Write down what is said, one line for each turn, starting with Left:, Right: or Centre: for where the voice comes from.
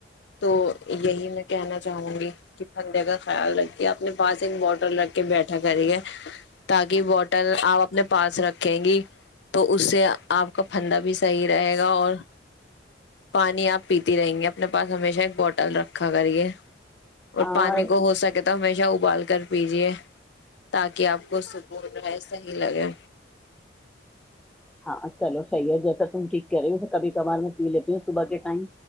Left: تو یہی میں کہنا چاہوں گی کہ پھندے کا خیال رکھیے اپنے پاس ایک بوٹل رکھ کے بیٹھا کریے تاکہ بوٹل آپ اپنے پاس رکھیں گی تو اس سے آپ کا پھندا بھی صحیح رہے گا اور پانی آپ پیتی رہیں گے اپنے پاس ہمیشہ ایک بوٹل رکھا کرے اور
Centre: مجھے
Left: پانی کو ہو سکے تو ہمیشہ ابال کر پیجیے تاکہ آپ کو سکون رہے صحیح لگے
Centre: ہاں چلو صحیح ہے جیسا تم ٹھیک کہ رہے ہوے کبھی کبھار میں پی لیتی ہوں صبح کے ٹائم